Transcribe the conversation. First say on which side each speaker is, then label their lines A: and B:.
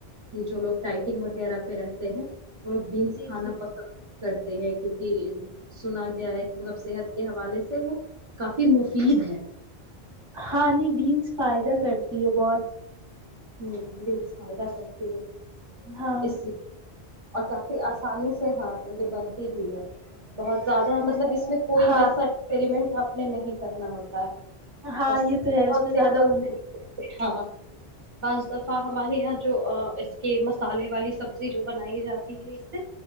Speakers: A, on the right (about 45°); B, on the right (about 25°).
A: کہ جو لوگ ڈائٹنگ وغیرہ پہ رہتے ہیں م بینس
B: جی
A: کھانا
B: جی
A: پسند کرتے ہیں کیونکہ سنا گیا ہے کہ مطلب صحت کے حوالے سے وہ کافی مفید ہے
B: ہاں نہیں بیینس فائدہ کرتی دی یہ بت
A: ہ بیس فائدہ کرکتی ہے
B: ہاں
A: اس لیے اور کافی آسان پانی سے ہاں یہ بنتی بھی ہے بہت زیادہ مطلب اس میں کوئی
B: ہاں
A: ویسا ایکسپریمنٹ آپنے نہیں کرنا ہوتا ہے
B: ہاں
A: بس
B: یہ تو ہے
A: بہت
B: اس نے
A: سمپل
B: زیادہ بول
A: طریقے ہاں بعض دفعہ ہمارے یہاں جو اس کے مسالے والی سبزی جو بنائی جاتی ہے اس سے